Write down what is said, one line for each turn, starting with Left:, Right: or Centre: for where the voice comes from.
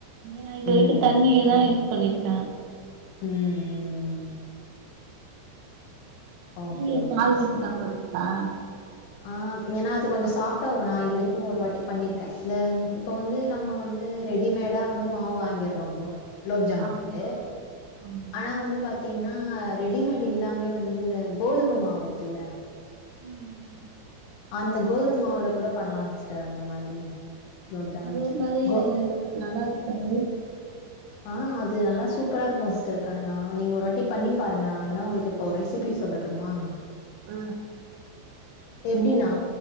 Right: நா இது வரைக்கு
Left: ம்
Right: தண்ணியேதா யூஸ் பண்ணிருக்க
Left: ம் ம் ஓகே
Right: நீங்க
Left: ஓகே
Right: பால்
Left: சிஸ்
Right: ஊத்தி தா பண்ணுவிங்ளா
Left: ஆ ஏனா அது கொஞ்சோ சாஃப்டா வரு நா இது வரைக்கு ஒரு வாட்டி பண்ணிருக்க இந்த இப்ப வந்து நம்ம வந்து ரெடிமேடா வந்து மாவு வாங்கிறோங்கோ குலோப்ஜாம்க்கு
Right: ஆமா ஆமா
Left: ஆனா வந்து பாத்தீங்ன்னா ரெடிமேடு இல்லாமே வந்து இந்த கோதும மாவு இருக்குல்ல
Right: ம் ம்
Left: அந்த கோதும மாவுல கூட பண்ணலா சிஸ்டர் அந்த மாதிரி க்லோப் ஜாம்
Right: அது ஒரு மாரி
Left: கோ
Right: நல்லா இருக்கா அது
Left: ஆ அது நல்லா சூப்பரா இருக்கு சிஸ்டர் கண்ணனா நீங்க ஒரு வாட்டி பண்ணி பாருங்க நா வேனா ஒங்களுக்கு இப்போ ரெசிபி சொல்லட்டுமா
Right: ஆ
Left: இப் எப்டின்னா